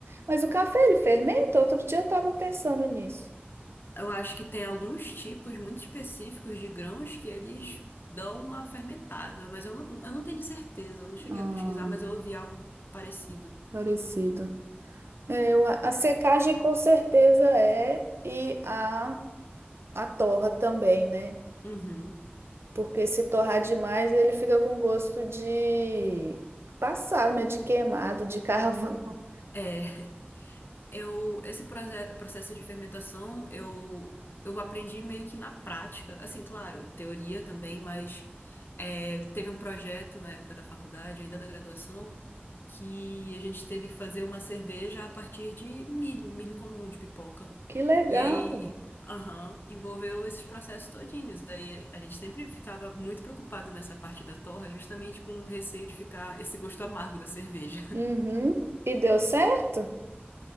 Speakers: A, on the right (about 85°); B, on the left (about 60°).
A: Mas o café ele fermenta? Outro dia eu tava pensando nisso.
B: Eu acho que tem alguns tipos muito específicos de grãos que eles dão uma fermentada, mas eu não, eu não tenho certeza, eu não cheguei
A: Ah,
B: a pesquisar, mas eu ouvi algo parecido.
A: parecido. É, eu- a a secagem com certeza é e a a torra também, né?
B: Uhum.
A: Porque se torrar demais, ele fica com gosto de passar né? De queimado, de carvão.
B: É, Eu, esse proze- processo de fermentação, eu, eu aprendi meio que na prática. Assim, claro, teoria também, mas é, teve um projeto na época da faculdade, ainda da graduação, que a gente teve que fazer uma cerveja a partir de milho, milho comum de pipoca.
A: <laughs> Que legal.
B: E aí, aham, envolveu esses processos todinhos. Aí a gente sempre ficava muito preocupado nessa parte da torra, justamente com o receio de ficar esse gosto amargo da cerveja.
A: Uhum. E deu certo?